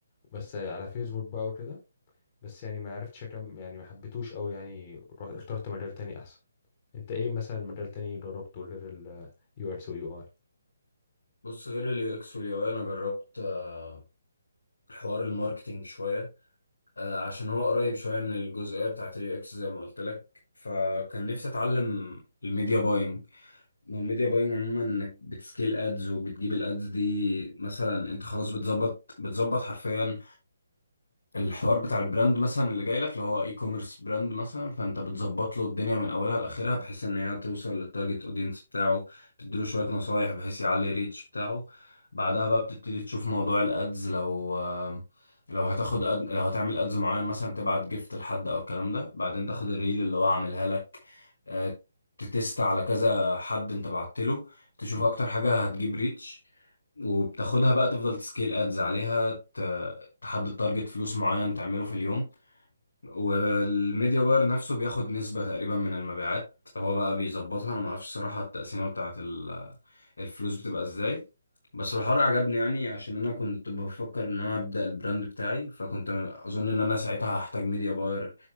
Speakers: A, on the left; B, on the left.
A: بس على فيسبوك بقى وكده بس يعني ما عرفتش أكمل يعني ما حبيتوش أوي يعني رحت- اخترت مجال تاني أحسن أنت إيه مثلا مجال تاني جربته غير ال UX و UI
B: بص غير اليو اكس واليو اي انا جربت آه، حوار الماركتينج شويه آه، عشان هو قريب شويه من الجزئيه بتاعت اليو اكس زي ما قلت لك فكان نفسي اتعلم الميديا باينج الميديا باينج عموما انك بتسكيل ادز وبتجيب الادز دي مثلا انت خلاص بتظبط بتظبط حرفيا الحوار بتاع البراند مثلا اللي جاي لك اللي هو اي كوميرس براند مثلا فانت بتظبط له الدنيا من اولها لاخرها بحيث ان هي توصل للتارجت اودينس بتاعه تديله شويه نصايح بحيث يعلي الريتش بتاعه بعدها بقى بتبتدي تشوف موضوع الادز لو لو هتاخد أد... لو هتعمل ادز معين مثلا تبعت جيفت لحد او الكلام ده بعدين تاخد الريل اللي هو عاملها لك آه، تتست على كذا حد انت بعت له تشوف اكتر حاجه هتجيب ريتش وبتاخدها بقى تفضل تسكيل ادز عليها تحدد تارجت فلوس معين تعمله في اليوم والميديا باير نفسه بياخد نسبة تقريبا من المبيعات هو بقى بيظبطها انا ما اعرفش الصراحة التقسيمة بتاعه ال- الفلوس بتبقى ازاي بس الحوار عجبني يعني عشان انا كنت بفكر ان انا ابدأ البراند بتاعي فكنت اظن ان انا ساعتها هحتاج ميديا باير